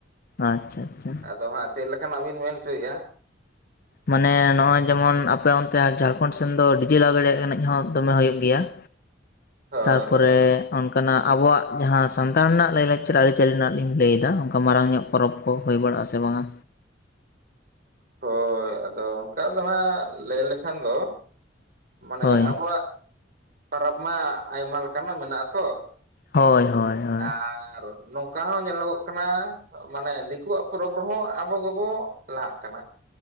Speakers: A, on the left (about 55°); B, on the right (about 50°).
A: ᱟᱪᱪᱷᱟ ᱟᱪᱪᱷᱟ ᱾
B: ᱟᱫᱚ ᱦᱟᱸᱜ ᱪᱮᱫ ᱞᱮᱠᱟᱱᱟᱜ ᱵᱤᱱ ᱢᱮᱱ ᱦᱚᱪᱚᱭᱮᱜᱼᱟ᱾
A: ᱢᱟᱱᱮ ᱱᱚᱜᱼᱚᱭ ᱡᱮᱢᱚᱱ ᱟᱯᱮ ᱚᱱᱛᱮ ᱡᱷᱟᱲᱠᱷᱚᱱᱰ ᱥᱮᱱ ᱫᱚ ᱰᱤᱡᱮ ᱞᱟᱜᱟᱲ ᱮᱱᱮᱡ ᱦᱚᱸ ᱫᱚᱢᱮ ᱦᱩᱭᱩᱜ ᱜᱮᱭᱟ ᱾
B: <inaudible>
A: ᱛᱟᱨᱯᱚᱨᱮ
B: ᱦᱳᱭ
A: ᱚᱱᱠᱟᱱᱟᱜ ᱟᱵᱚᱣᱟᱜ ᱡᱟᱦᱟᱸ ᱥᱟᱱᱛᱟᱲ ᱨᱮᱱᱟᱜ ᱞᱟᱹᱭ ᱞᱟᱠᱪᱟᱨ ᱟᱹᱨᱤᱪᱟᱹᱞᱤ ᱨᱮᱱᱟᱜ ᱞᱤᱧ ᱞᱟᱹᱭᱮᱫᱟ ᱚᱱᱠᱟ ᱢᱟᱨᱟᱝ ᱧᱚᱜ ᱯᱚᱨᱚᱵᱽ ᱠᱚ ᱦᱩᱭ ᱵᱟᱲᱟᱜᱼᱟ ᱥᱮ ᱵᱟᱝᱟ?
B: ᱦᱳᱭ ᱟᱫᱚ ᱚᱱᱠᱟ ᱫᱚ ᱦᱟᱸᱜ ᱞᱟᱹᱭ ᱞᱮᱠᱷᱟᱱ ᱫᱚ ᱢᱟᱱᱮ
A: ᱦᱳᱭ
B: ᱟᱵᱚᱣᱟᱜ ᱯᱟᱨᱚᱵᱽ ᱢᱟ ᱟᱭᱢᱟ ᱞᱮᱠᱟᱱᱟᱜ ᱢᱮᱱᱟᱜᱼᱟ ᱛᱚ
A: ᱦᱳᱭ ᱦᱳᱭ ᱦᱳᱭ
B: ᱟᱨ ᱱᱚᱝᱠᱟ ᱦᱚᱸ ᱧᱮᱞᱚᱜᱚᱜ ᱠᱟᱱᱟ ᱢᱟᱱᱮ ᱫᱤᱠᱩᱣᱟᱜ ᱯᱚᱨᱚᱵᱽ ᱨᱮᱦᱚᱸ ᱟᱵᱚ ᱜᱮᱵᱚ ᱞᱟᱦᱟᱜ ᱠᱟᱱᱟ᱾